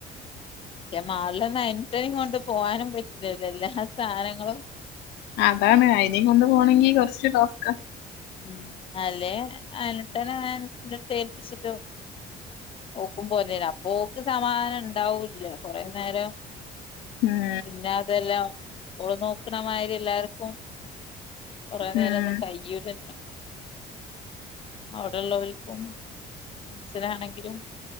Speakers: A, on the left; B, on the left.
A: പക്ഷെ മാറില്ലന്ന <unintelligible> കൊണ്ട് പോകാനും പറ്റില്ലല്ലോ എല്ലാ സാധനങ്ങളും
B: അതാണ് അയിനെയും കൊണ്ട് പോണെങ്കിൽ കൊറച്ച് ടാസ്ക്കാ
A: ഉ അല്ലെ അയ്നുട്ടനെ അനസിന്റട്ത്ത് ഏൽപ്പിച്ചിട്ട്. ഓക്കും പോരന് അപ്പ ഓക്ക് സമാധാന ഇണ്ടാവും ഇല്ലേ കുറെ നേരം
B: ഉം
A: പിന്നെ അതെല്ലാം ഓൻ നോക്കണ മാതിരി എല്ലാർക്കും കൊറെ നേരം
B: ഉം
A: ഒന്നും കയൂലല്ലോ അവിടെ ഉള്ളോൽക്കും മനസിലാണെങ്കിലും